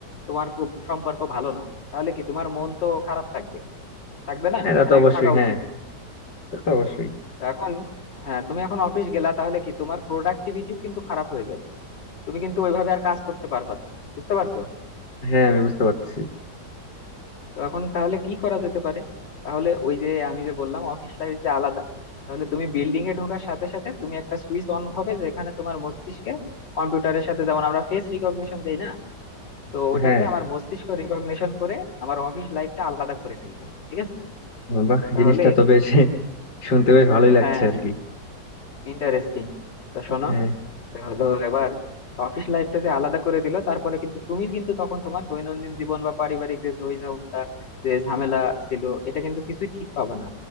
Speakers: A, on the left; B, on the left.
A: তোমার খুব সম্পর্ক ভালো না তাহলে কি তোমার মন তো খারাপ থাকবে থাকবে না
B: হ্যাঁ, তা
A: মানে
B: তো অবশ্যই
A: থাকা
B: হ্যাঁ
A: উচিত
B: তা তো অবশ্যই
A: তো এখন হ্যাঁ তুমি এখন অফিস গেলা তাহলে কি তোমার প্রোডাক্টিভিটিও কিন্তু খারাপ হয়ে যাবে তুমি কিন্তু ওইভাবে আর কাজ করতে পারবে না বুঝতে পারছো
B: হ্যাঁ আমি বুঝতে পারছি
A: তো এখন তাহলে কি করা যেতে পারে তাহলে ওই যে আমি যে বললাম অফিস লাইফ যে আলাদা তাহলে তুমি বিল্ডিং এ ঢোকার সাথে সাথে তুমি একটা সুইচ অন হবে যেখানে তোমার মস্তিষ্কে কম্পিউটারের সাথে যেমন আমরা ফেস রিকগনিশন দেই না তো ওটাতে
B: হ্যাঁ
A: আমার মস্তিষ্ক রিকগনিশন করে আমার অফিস লাইফটা আলাদা করে ফেলবে ঠিক আছে
B: বাহ
A: তাহলে
B: জিনিসটা তো বেশ <laughs> শুনতে বেশ ভালোই
A: হ্যাঁ
B: লাগছে আর কি
A: ইন্টারেস্টিং তো শোনো
B: হ্যাঁ
A: তো হলো এবার অফিস লাইফটা যে আলাদা করে দিল তারপরে কিন্তু তুমি কিন্তু তখন তোমার দৈনন্দিন জীবন বা পারিবারিক যে ঝইঝামটা যে ঝামেলা ছিল এটা কিন্তু কিছুই ঠিক পাবে না